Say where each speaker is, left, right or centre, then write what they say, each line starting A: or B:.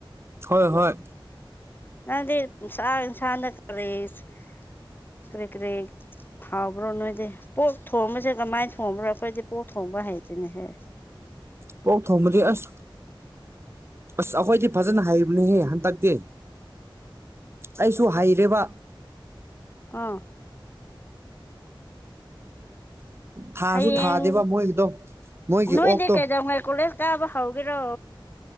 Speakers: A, on the right; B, on the left.
A: ꯍꯣꯏ ꯍꯣꯏ
B: ꯅꯪꯗꯤ ꯅꯤꯁꯥ ꯁꯥꯟꯅ ꯀꯔꯦꯁ <unintelligible> ꯍꯥꯎꯕ꯭ꯔꯣ ꯅꯣꯏꯗꯤ ꯄꯣꯛ ꯊꯣꯡꯕꯁꯦ ꯀꯃꯥꯏꯅ ꯊꯣꯡꯕ꯭ꯔꯣ ꯑꯩꯈꯣꯏꯗꯤ ꯄꯣꯛ ꯊꯣꯡꯕ ꯍꯩꯇꯦꯅꯦꯍꯦ
A: ꯄꯣꯛ ꯊꯣꯡꯕꯗꯤ ꯑꯁ ꯑꯁ ꯑꯩꯈꯣꯏꯗꯤ ꯐꯖꯅ ꯍꯩꯕꯅꯦꯍꯦ ꯍꯟꯗꯛꯇꯤ ꯑꯩꯁꯨ ꯍꯩꯔꯤꯕ
B: ꯑꯥ
A: ꯊꯥꯁꯨ
B: ꯍꯌꯦꯡ
A: ꯊꯥꯗꯦꯕ ꯃꯣꯏꯒꯤꯗꯣ ꯃꯣꯏꯒꯤ
B: ꯅꯣꯏꯗꯤ
A: ꯑꯣꯛꯇꯣ
B: ꯀꯩꯗꯧꯉꯥꯏ ꯀꯣꯂꯦꯖ ꯀꯥꯕ ꯍꯧꯒꯦꯔꯣ